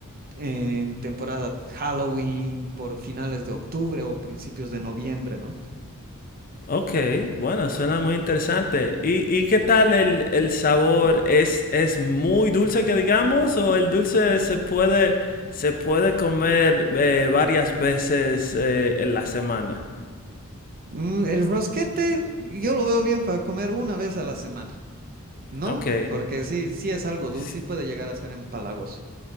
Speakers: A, on the right; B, on the left.
A: en temporada Halloween, por finales de octubre o principios de noviembre, ¿no?
B: Ok, bueno, suena muy interesante. ¿Y, y qué tal el, el sabor? ¿Es, es muy dulce que digamos o el dulce se puede, se puede comer eh, varias veces eh, en la semana?
A: Mm, el rosquete yo lo veo bien para comer una vez a la semana, ¿no?
B: Ok,
A: Porque sí, sí es algo dulce
B: s-
A: y puede llegar a ser empalagoso.